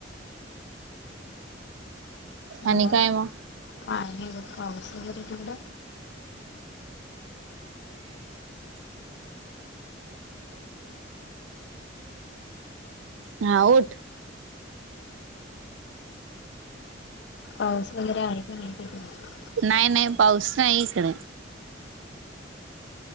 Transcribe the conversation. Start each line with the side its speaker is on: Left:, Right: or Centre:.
Right: आणि
Left: म
Right: काय
Left: काही
Right: मग
Left: नाही बघ पाऊस वगैरे तिकडं
Right: हा उठ
Left: पाऊस वगैरे आहे का नाही तिकडं
Right: नाही, नाही पाऊस नाही इकड